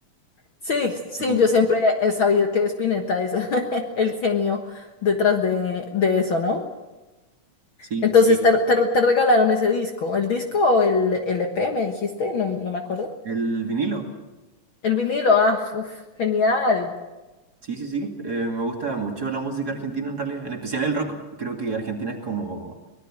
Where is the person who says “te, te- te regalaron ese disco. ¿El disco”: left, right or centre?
Left